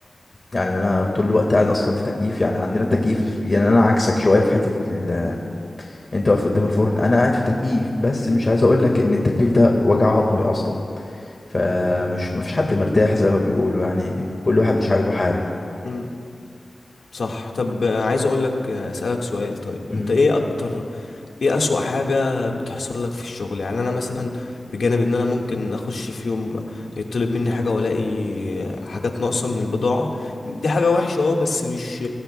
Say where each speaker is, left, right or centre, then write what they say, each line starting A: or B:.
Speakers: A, on the left (about 40°); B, on the left (about 75°).
A: يعني انا طول الوقت قاعد اصلا في تكييف يعني عندنا تكييف يعني انا عكسك شويه في حته ال... انت واقف قدام الفرن انا قاعد في تكييف بس مش عايز اقول لك ان التكييف ده وجع عظمي اصلا فمش مفيش حد مرتاح زي ما بيقولوا يعني كل واحد مش عاجبه حاله
B: مم. صح طب آه، عايز اقول لك آه، اسالك سؤال طيب
A: امم
B: انت ايه اكتر ايه اسوأ حاجة بتحصل لك في الشغل يعني انا مثلا بجانب ان انا ممكن اخش في يوم يطلب مني حاجة والاقي حاجات ناقصة من البضاعة دي حاجة وحشة اه بس مش